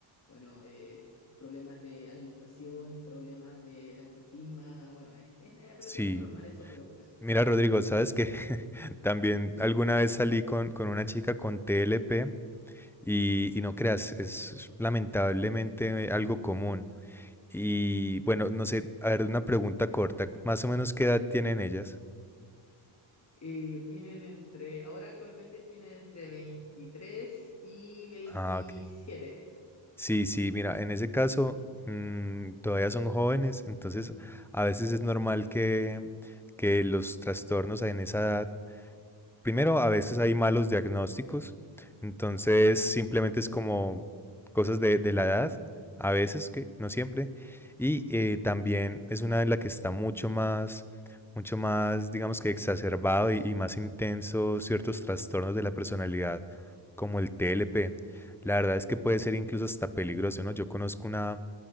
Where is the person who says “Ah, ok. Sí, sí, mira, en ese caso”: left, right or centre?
Centre